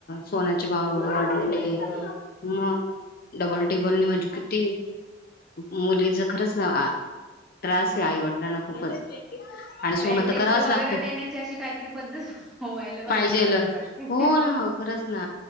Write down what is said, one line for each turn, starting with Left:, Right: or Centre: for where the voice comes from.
Left: सोन्याचे भाव एवढे
Centre: सोन्याचा
Left: वाढलेले,
Centre: खर्च
Left: म डबल टिबल ने म्हणजे किती- मुलीच खरंच ना त्रास आहे आईवडिलांना खूपच- आणि सोनं
Centre: बेनटेक्स
Left: तर करावंच
Centre: वगैरे
Left: लागतं
Centre: देण्याची अशी काहीतरी पद्धत व्हायला पाहिजे
Left: पाहिजेल
Centre: मला असं वाटतय.
Left: हो ना हो खरंच ना